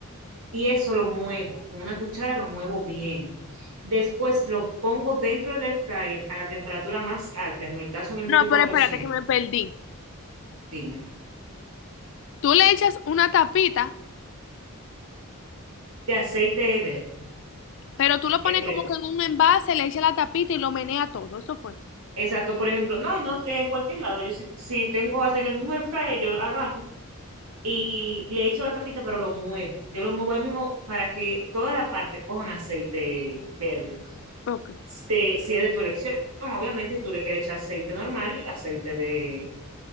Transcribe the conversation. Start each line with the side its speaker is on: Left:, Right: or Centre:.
Right: y eso lo muevo, con una cuchara lo muevo bien. Después lo pongo dentro del air fryer a la temperatura más alta, en el caso en el mío
Left: No,
Right: cuatrocientos
Left: pero espérate que me perdí.
Right: dime,
Left: Tú le echas una tapita,
Right: de aceite verde.
Left: pero tú lo pones
Right: empre-
Left: como que en un envase, le echas la tapita y lo menea todo, eso fue.
Right: Exacto, por ejemplo, no, y no eh, en cualquier lado. Yo si, si tengo hasta en el mismo air fryer, yo lo agarro y le echo la tapita, pero lo muevo. Yo lo muevo ahí mismo para que toda la parte cojan aceite verde.
Left: Ok.
Right: Se- si es de tu elección, obviamente, si tú le quieres echar aceite normal, aceite de